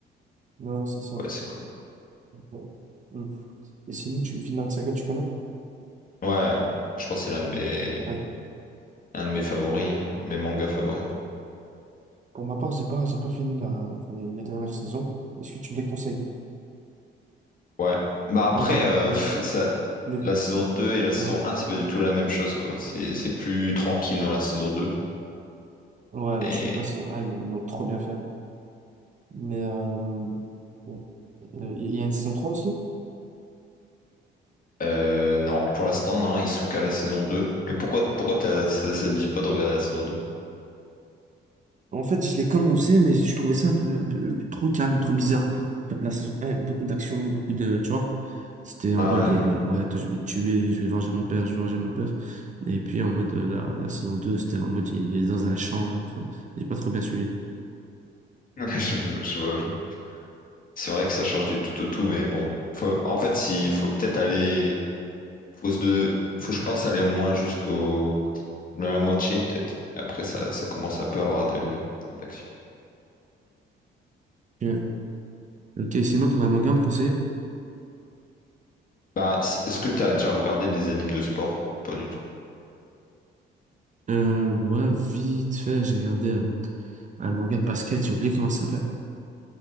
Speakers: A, on the right; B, on the left.
A: Non, c'est ça.
B: Ouais, c'est cool.
A: Bon. Mm. Et sinon, tu, Vinland Saga, tu connais?
B: Ouais, je pense que c'est l'un de mes,
A: Ouais.
B: un de mes favoris, hein, un de mes mangas favoris.
A: Pour ma part, j'ai pas, j'ai pas fini la, enfin, les, les dernières saisons. Est-ce que tu me les conseilles?
B: Ouais. Bah après,
A: Moi, j'ai,
B: euh,
A: moi,
B: pff,
A: je trouve,
B: ça,
A: les,
B: la saison 2 et la saison
A: ouais.
B: un, c'est pas du tout la même chose, quoi. C'est, c'est plus tranquille dans la saison 2.
A: Ouais,
B: Et
A: là, je trouve que la saison un ils l'ont ils l'ont trop bien fait. Mais, euh, bon, il y a une saison 3 aussi?
B: euh, non, pour l'instant, non, ils sont qu'à la saison 2. Mais pourquoi, pourquoi t'as, ça, ça te dit pas de regarder la saison deux
A: En fait, je l'ai commencé, mais je trouvais ça un peu, un peu trop calme, trop bizarre. La, la saison 1, il y avait beaucoup d'action, beaucoup de, tu vois. C'était
B: Ah
A: en mode,
B: ouais,
A: euh,
B: je vois.
A: ouais, toi, je vais te tuer, je vais venger mon père, je vais venger mon père. Et puis, en mode, euh, la, la saison deux, c'était en mode, il est dans un champ. Enfin, j'ai pas trop bien suivi.
B: <laughs> Je vois, je vois, je vois. C'est vrai que ça change du tout au tout, mais bon. Faut- en fait, il faut peut-être aller. Faut, se de- faut, je pense, aller au moins jusqu'au La moitié, peut-être. Et Après, ça, ça commence un peu à avoir de, de l'action.
A: Ok, Ok, sinon, t'aurais un manga à me conseiller?
B: Bah, c- est-ce que t'as déjà regardé des animes de sport? ou Pas du tout.
A: Euh, ouais, vite fait, j'ai regardé euh, un manga de basket, j'ai oublié comment ça s'appelait.